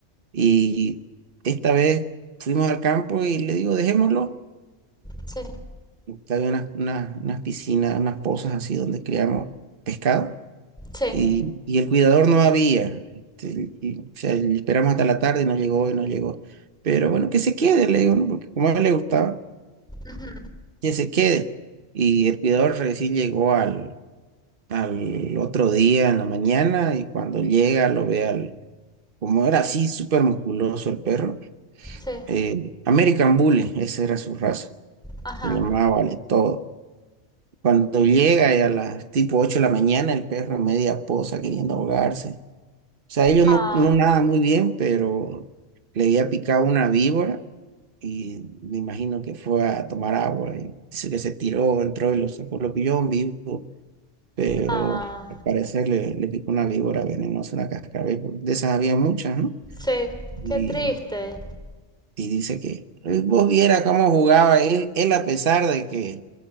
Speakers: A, on the right; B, in the centre.
A: Y esta vez fuimos al campo y le digo, dejémoslo.
B: sí,
A: Había unas, unas, unas piscinas, unas pozas así donde criamos pescado
B: sí,
A: y, y el cuidador no había. este, y, o sea, y esperamos hasta la tarde y no llegó y no llegó. Pero bueno, que se quede, le digo, ¿no? Porque como a él le gustaba,
B: ujú,
A: que se quede. Y el cuidador recién llegó al, al otro día en la mañana y cuando llega lo ve al, como era así, súper musculoso el perro.
B: sí,
A: eh, American Bully, esa era su raza.
B: ajá,
A: Se llamaba Vale Todo. Cuando llega y a las tipo 8 de la mañana, el perro en media posa queriendo ahogarse. O sea, ellos
B: ah,
A: no, no nadan muy bien, pero le había picado una víbora y me imagino que fue a tomar agua. Y dice que se tiró, entró y lo sacó, lo pilló en vivo, pero
B: ah,
A: al parecer le, le picó una víbora venenosa, una cascabel, porque de esas había muchas, ¿no?
B: sí,
A: Y
B: qué triste,
A: y dice que eh, vos viera cómo jugaba él, él a pesar de que,